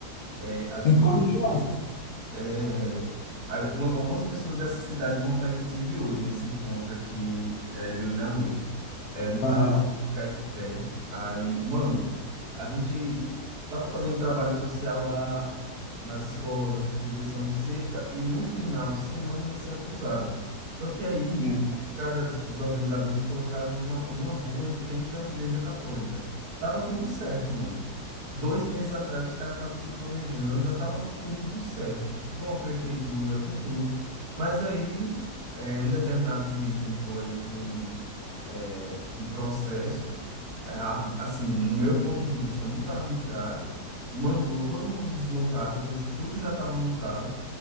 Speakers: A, on the right; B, on the left.
A: É, a gente
B: em correção.
A: foi pra umas- é, a- uma- algumas pessoas dessa cidade vão estar, inclusive, hoje, nesse encontro aqui é, de hoje à noite. É, a gente estava
B: Aham.
A: na cidade de Caetité. Aí, mano, a gente tava fazendo trabalho social lá nas escolas, distribuição de cesta, e no final de semana ia ser a cruzada. Só que aí,
B: Hum.
A: os caras, os organizadores colocaram na, numa rua em frente a uma igreja católica. Tava tudo certo, mano. Dois meses atrás, os caras estavam se planejando, já estava tudo certo, com a prefeitura, com tudo. Mas aí, é, um determinado juiz entrou aí com, é, um processo, a- assim, no meu ponto de vista, muito arbitrário, mandou todo mundo desmontar depois que tudo já estava montado,